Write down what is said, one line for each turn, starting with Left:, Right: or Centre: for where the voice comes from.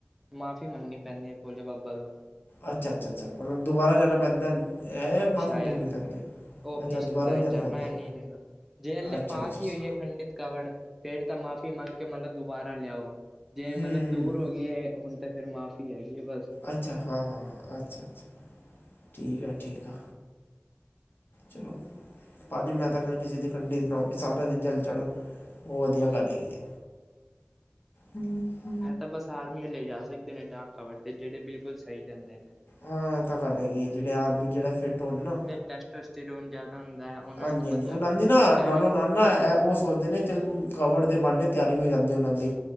Centre: ਮਾਫ਼ੀ ਮੰਗਣੀ ਪੈਂਦੀ ਹੈ ਭੋਲੇ ਬਾਬਾ ਤੋਂ
Left: ਅੱਛਾ, ਅੱਛਾ, ਅੱਛਾ ਮਤਲਬ ਦੁਬਾਰਾ ਜਾਨਾ ਪੈਂਦਾ ਹੈ ਮਾਫੀ
Centre: ਸ਼ਾਇਦ,
Left: ਮੰਗਣੀ ਪੈਂਦੀ ਹੈ
Centre: ਉਹ ਆਪਣੀ
Left: ਅੱਛਾ
Centre: ਸ਼ਰਧਾ
Left: ਦੁਬਾਰਾ ਵੀ ਜਾਣਾ
Centre: ਜਾਾਨਾ
Left: ਪੈਂਦਾ ਹੈ
Centre: ਨਹੀਂ ਜਾਣਾ, ਜੇ ਅੇਲੇ
Left: ਅੱਛਾ
Centre: ਪਾਸ
Left: ਅੱਛਾ
Centre: ਹੀ
Left: ਅੱਛਾ
Centre: ਹੋਈਏ ਹੈ। ਖੰਡਿਤ ਕਾਵੜ ਫਿਰ ਤਾਂ ਮਾਫ਼ੀ ਮੰਗ ਕੇ ਮਤਲਬ ਦੁਬਾਰਾ ਲਿਆਓ। ਜੇ ਮਤਲਬ
Left: ਹੂੰ
Centre: ਦੂਰ ਹੋ ਗਈ ਏ ਹੁਨ ਤਾਂ ਫਿਰ ਮਾਫ਼ੀ ਹੈਗੀ ਏ ਬਸ।
Left: ਅੱਛਾ, ਹਾਂ, ਹਾਂ, ਹਾਂ ਅੱਛਾ- ਅੱਛਾ ਠੀਕ ਆ, ਠੀਕ ਆ ਚਲੋ ਭਾਜੀ ਮੈਂ ਤਾਂ ਕਾਂ ਕਿਸ ਦੀ ਗੱਡੀ ਨਾ ਹੋਵੇ ਸਾਰਿਆਂ ਦਾ ਜਲ ਚੜੇ ਓ ਵਧੀਆ ਗੱਲ
Centre: ਹਮ
Left: ਹੈਗੀ ਏ। ਹੂੰ
Centre: ਐ ਤਾਂ ਬਸ ਆਰਮੀ ਵਾਲੇ ਲੇ ਜਾ ਸਕਦੇ ਨੇ ਡਾਕ ਕਾਵੜ ਤੇ ਜੇੜੇ ਬਿਲਕੁਲ ਸਈ ਜਾਂਦੇ ਨੇ।
Left: ਹਾਂ ਇਹ ਤਾਂ ਗੱਲ ਹੈ ਕਿ ਜਿਹੜੇ, ਆਰਮੀ ਚ ਫਿੱਟ ਹੋਣ ਨਾ,
Centre: ਟੈਸਟ ਵੈਸਟ ਰੋਨ ਜਾਦਾ ਹੁੰਦਾ। ਉਹਨਾਂ
Left: ਹਾਂਜੀ-ਹਾਂਜੀ,
Centre: ਵਿੱਚ ਮਤਲਬ
Left: ਓਨਾਂ ਦੀ ਨਾ
Centre: ਸਟੈਮਿਨ
Left: ਨਾਲੋ ਨਾਲ ਨਾ ਐ ਓ ਸੋਚਦੇ ਨੇ ਚਲ ਕਵਰ ਦੇ ਬਹਾਨੇ ਤਿਆਰੀ ਹੋ, ਜਾਂਦੀ ਉਹਨਾਂ ਦੀ